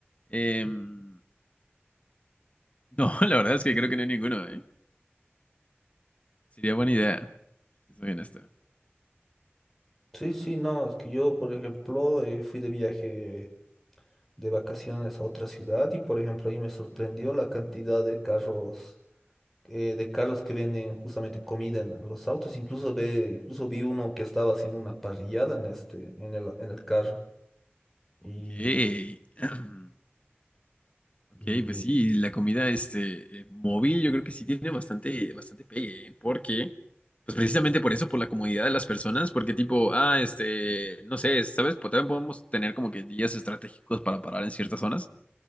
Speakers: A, on the left; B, in the centre.
A: Em, no, <laughs> la verdad es que creo que no hay ninguno, ¿eh? Sería buena idea, si soy honesto.
B: sí, sí, no, es que yo, por ejemplo, eh, fui de viaje. de vacaciones a otra ciudad y, por ejemplo, ahí me sorprendió la cantidad de carros, eh, de carros que venden justamente comida en, en los autos. Incluso, ve, incluso vi uno que estaba haciendo una parrillada en este, en el, en el carro. Y,
A: Ok. <clears throat> Ok,
B: y
A: pues sí, la comida este, eh, móvil yo creo que sí tiene bastante, bastante pegue, ¿eh? Porque, pues precisamente por eso, por la comodidad de las personas, porque tipo, ah, este, no sé, ¿sabes? Pues también podemos tener como que días estratégicos para parar en ciertas zonas.